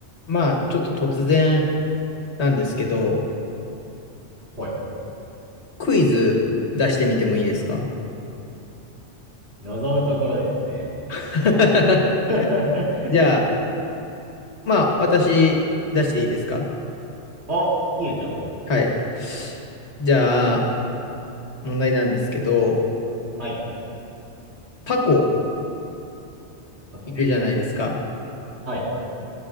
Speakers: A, on the left; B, on the right.
A: まあ、ちょっと突然なんですけど、
B: はい。
A: クイズ出してみてもいいですか
B: 望むところですね。
A: <laughs>
B: <laughs>
A: じゃあ、まあ、私出していいですか
B: あ、いいですよ。
A: はい。じゃあ、問題なんですけど、
B: はい。
A: タコ
B: あと
A: いるじゃないですか。
B: はい。